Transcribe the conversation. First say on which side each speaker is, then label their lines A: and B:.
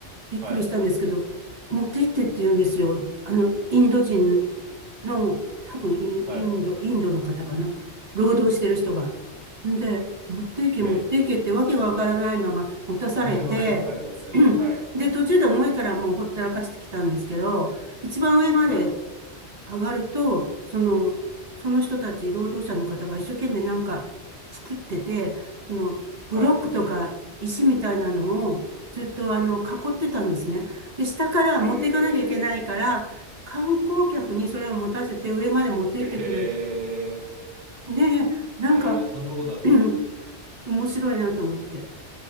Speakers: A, on the right; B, on the right.
A: びっくりしたんですけど、
B: はい、
A: 持って行ってって言うんですよ。あの、インド人の、多分イインド、
B: はい。
A: インドの方かな。労働してる人が。んで、持って行け、
B: へえ
A: 持って行けってわけがわからないまま持たされて、
B: <laughs> わけわかんないですよね。
A: <clears throat>
B: はい。
A: で、途中で重いからもうほったらかしてきたんですけど、一番上まで
B: はい。
A: 上がると、その、その人たち、労働者の方が一生懸命なんか作ってて、あの、ブロックとか石みたいなのをずっとあの、
B: はい。
A: 囲ってたんですね。で、下から持っていかなきゃいけないから、
B: へえ。
A: 観光客にそれを持たせて上まで持って行ってくれ。
B: へえ。
A: で、なんか、
B: へえ、そんなことなってるんですか
A: <clears throat> 面白いなと思って。